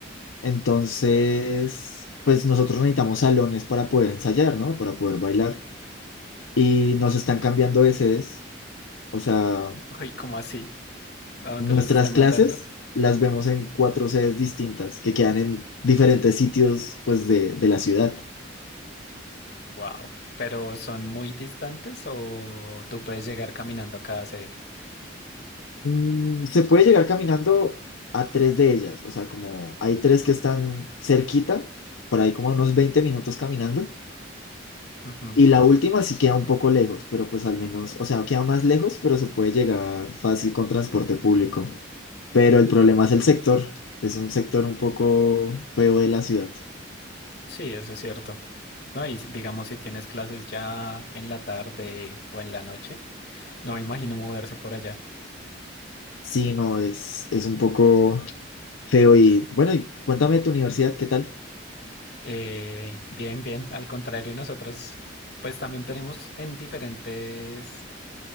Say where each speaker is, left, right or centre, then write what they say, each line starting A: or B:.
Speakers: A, on the left; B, on the left.
A: entonces, pues nosotros necesitamos salones para poder ensayar, ¿no? Para poder bailar. Y nos están cambiando de sedes. O sea,
B: <laughs> Uy, ¿cómo así? ¿A dónde
A: nuestras
B: los están
A: clases
B: mandando?
A: las vemos en cuatro sedes distintas que quedan en diferentes sitios, pues, de, de la ciudad.
B: Wow. ¿Pero son muy distantes o tú puedes llegar caminando a cada sede?
A: Mm, se puede llegar caminando a tres de ellas, o sea, como hay tres que están cerquita, por ahí como unos 20 minutos caminando,
B: Ujú.
A: y la última sí queda un poco lejos, pero pues al menos, o sea, queda más lejos, pero se puede llegar fácil con transporte público. Pero el problema es el sector, es un sector un poco feo de la ciudad.
B: Sí, eso es cierto. No, y si- digamos si tienes clases ya en la tarde o en la noche, no me imagino moverse por allá.
A: Sí, no, es, es un poco feo y bueno, y cuéntame de tu universidad, ¿qué tal?
B: Eh, bien, bien. Al contrario, nosotros pues también tenemos en diferentes